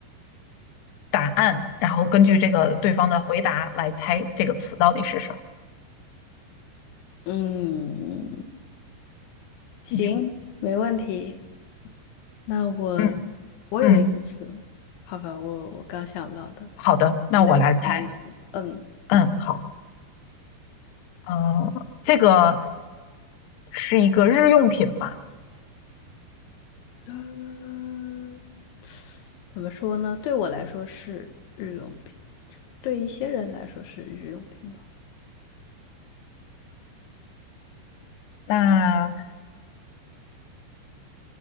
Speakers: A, on the left; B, on the left.
A: 答案，然后根据这个对方的回答来猜这个词到底是什么。
B: 嗯，行，
A: 明，
B: 没问题。那我我有一个词，
A: 嗯嗯，
B: 好吧，我我刚想到的，
A: 好的，那我来猜。
B: 你来猜一个。嗯，
A: 嗯，好，呃，这个。是一个日用品嘛，
B: 嗯，怎么说呢？对我来说是日用品，对一些人来说是日用品吧。
A: 那